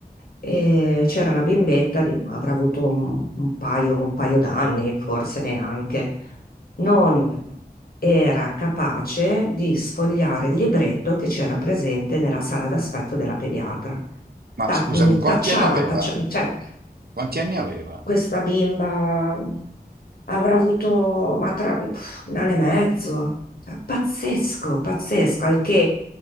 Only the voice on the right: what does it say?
Ma
scusami,
quanti
anni aveva?
Quanti anni aveva?